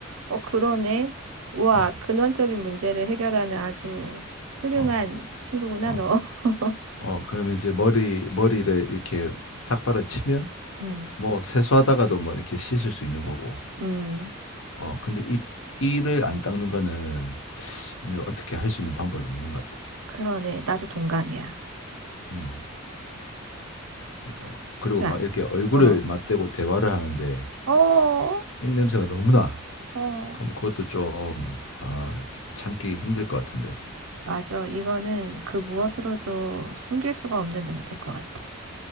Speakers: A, on the right; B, on the left.
A: 어, 그러네. 우와,
B: 어,
A: 근원적인 문제를 해결하는 아주 훌륭한
B: 어,
A: 친구구나,
B: 어,
A: 너. <laughs>
B: 어. 그러면 이제 머리, 머리를 이렇게 삭 발라치면
A: 음,
B: 뭐 세수하다가도 뭐 이렇게 씻을 수 있는 거고.
A: 음.
B: 어, 근데 이 이를 안 닦는 거는 내가 어떻게 할 수 있는 방법이 없는 것 같아.
A: 그러네. 나도 동감이야.
B: 음. 그러니까 그리고
A: 좋아.
B: 막 이렇게 얼굴을
A: 어.
B: 맞대고 대화를 하는데
A: 어,
B: 입 냄새가 너무 나.
A: 어.
B: 그럼 그것도 좀 아, 참기 힘들 것 같은데.
A: 맞아. 이거는 그 무엇으로도 숨길 수가 없는 냄새일 것 같아.